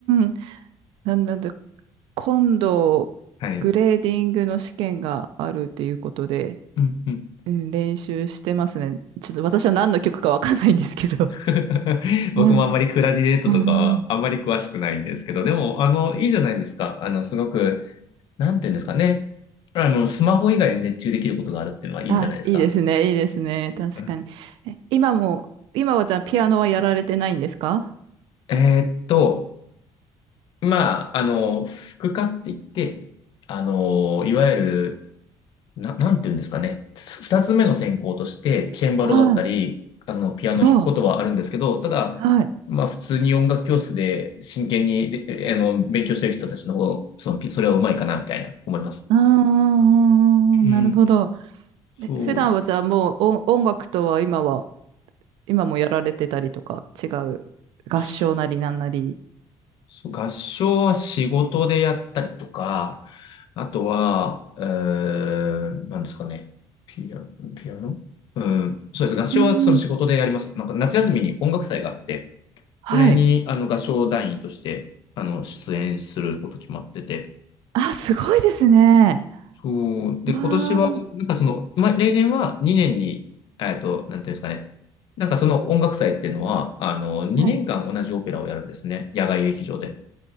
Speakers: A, on the right; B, on the left.
A: ん。なので、今度、
B: はい。
A: グレーディングの試験があるっていうことで、
B: うんうん。
A: うん練習してますね。ちょっと私は何の曲かわかんないんですけど。
B: <laughs> 僕もあんまりクラリネットとかはあんまり詳しくないんですけど、
A: うん。あー
B: でも、あの、いいじゃないですか。あの、すごく、なんていうんですかね。あの、スマホ以外に熱中できることがあるっていうのはいいじゃないですか。
A: あ、いいですね、いいですね。確かに。
B: うん
A: え、今も、今はじゃあピアノはやられてないんですか
B: えーっと、まあ、あの、副科って言って、あの、いわゆるな、なんていうんですかね。す二つ目の専攻として、チェンバロだったり、
A: はい。
B: あの、ピアノ弾くことはあるんですけど、
A: あ
B: ただ、
A: あ、はい。
B: まあ、普通に音楽教室で真剣に、えあの、勉強してる人たちの方が、その、ピそれはうまいかな、みたいな、思います。
A: ああ、
B: うん、
A: なるほど。え、
B: そう、
A: 普段はじゃあもう音、音楽とは今は、今もやられてたりとか、違う合唱なりなんなり。
B: そうそう合唱は仕事でやったりとか、あとは、うーん、なんですかね。ピアノ、ピアノうん、そうです。合唱はその仕事でやります。
A: うん。
B: なんか夏休みに音楽祭があって、それに、
A: はい。
B: あの、合唱団員として、あの、出演すること決まってて。
A: あ、すごいですね。
B: そう。で、
A: わあ、
B: 今年は、なんかその、ま、例年は2年に、えっと、なんていうんですかね。なんかその音楽祭っていうのは、あの、2年間同じオペラをやるんですね。
A: はい。
B: 野外劇場で。